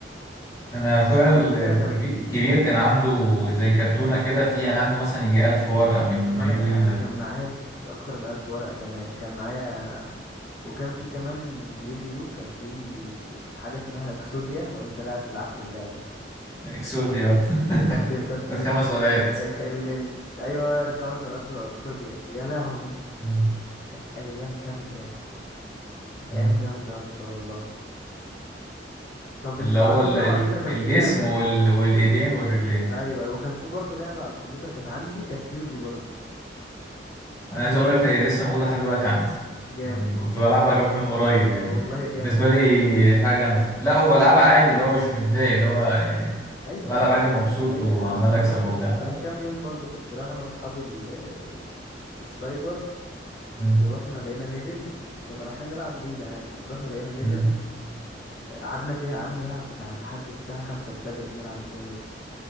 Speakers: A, on the left; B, on the left.
A: انا اخويا
B: على
A: ال-
B: فكره
A: الكبي-
B: كان في
A: الكبير كان عنده زي كرتونه كده فيها عنده مثلا يجي 1000 ورقه من
B: طب ما
A: يوجيو
B: انا ك... انا
A: ده
B: كان معايا سكة اكتر من الف ورقة كمان كان معايا وكان في كمان في يوجيو كان في حاجة اسمها اكسوديا لو انت لعبت لعبت اللعبة
A: اكسوديا <laughs>
B: اللي كانت كانت
A: الخمس
B: بت...
A: ورقات
B: الخ... ال... ال... ايوه الخمس ورقات بتوع اكسوديا يا لهوي
A: مم.
B: كانت ايام جامدة كانت
A: مم.
B: ايام جامدة يا اسطى والله طب انت
A: اللي
B: على
A: هو
B: فكرة
A: ال- ال-
B: وعلى فكرة كان
A: الجسم
B: في لعبة
A: وال- والايدين والرجلين
B: ايوه أيوة، وكان في برضه لعبة على الكمبيوتر كانت عندي كانت يوجي برضه
A: انا عايز اقول لك هي لسه موجوده لحد دلوقتي عندي
B: جامد
A: يعني كنت بلعبها كمان
B: <laughs>
A: من قريب يعني
B: والله جامد
A: بالنسبه لي حاجه جامده لا وبلعبها عادي اللي هو مش متضايق اللي هو يعني
B: ايوه
A: بلعب
B: يا عم
A: عادي مبسوط
B: ايوه
A: وعمال
B: يا عم انا
A: اكسب
B: برضو
A: وبتاع
B: انا من كام يوم برضو كنت رايح انا واصحابي ال- السايبر
A: مم.
B: ورحنا لقينا ميدل كنا رايحين نلعب ليج عادي رحنا لقينا ميدل
A: مم.
B: قعدنا فيها قعدنا نلعب بتاع لحد الساعة خمسة الفجر بنلعب ليها ميدل